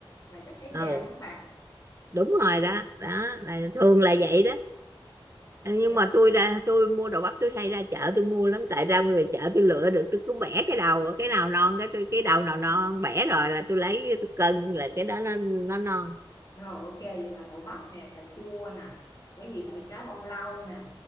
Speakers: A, on the left (about 40°); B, on the right (about 30°).
A: là chắc trái
B: ừ
A: già phải không bà
B: đúng rồi đó đó là thường là vậy đó nhưng
A: rồi
B: mà tôi ra tôi mua đồ bắp tôi hay ra chợ tôi mua lắm tại ra về chợ tôi lựa được tôi cứ bẻ cái đầu cái nào non cái tôi cái đầu nào non bẻ rồi là tôi lấy tôi cân là cái đó nó nó non
A: rồi ok vậy là đậu bắp nè cà chua nè cái gì nãy cá bông lau nè